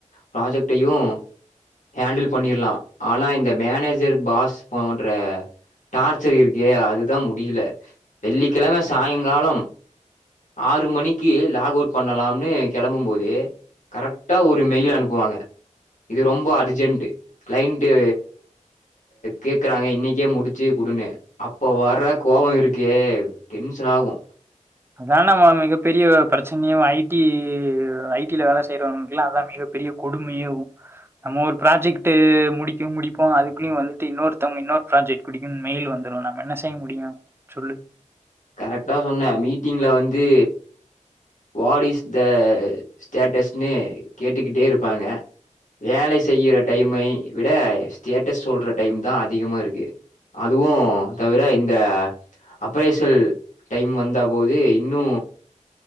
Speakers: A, on the left; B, on the right.
A: ப்ராஜெக்ட்டையு ஹேண்டில் பண்ணிற்லா ஆனா இந்த மேனேஜர் பாஸ் போன்ற டார்ச்சர் இருக்கே அதுதா முடியில வெள்ளிக்கிழம சாய்ங்காலம் ஆறு மணிக்கு லாக் அவுட் பண்ணலாம்னு கெளம்பு போது கரெக்ட்டா ஒரு மெயில் அனுப்புவாங்க இது ரொம்ப அர்ஜென்ட்டு கிளையண்ட்டு கேக்குறாங்க இன்னக்கே முடிச்சு குடுங்க அப்ப வர்ற கோவோ இருக்கே டென்ஷன் ஆகு
B: அதாண்ணா மிகப்பெரிய பிரச்சனையே ஐ டி ஐ டியில வேலை செய்றவங்களுக்குல்லா அதா மிக பெரிய கொடுமையே நம்ம ஒரு ப்ராஜெக்ட் முடிக்கு முடிப்போ அதுக்குள்ளையு வந்துட்டு இன்னொருத்தவங்க இன்னொரு ப்ராஜெக்ட் முடிக்கு மெயில் வந்துரு நம்ம என்ன செய்ய முடியு சொல்லு
A: கரெக்டா சொன்ன மீட்டிங்ல வந்து வாடி இஸ் த ஸ்டேட்டஸ்ன்னு கேட்டுக்கிட்டே இருப்பாங்க வேலை செய்யற டைமை விட ஸ்டேட்டஸ் சொல்ற டைம் தா அதிகமா இருக்கு அதுவு தவிர இந்த அப்பைஸ் கள் டைம் வந்த போது இன்னு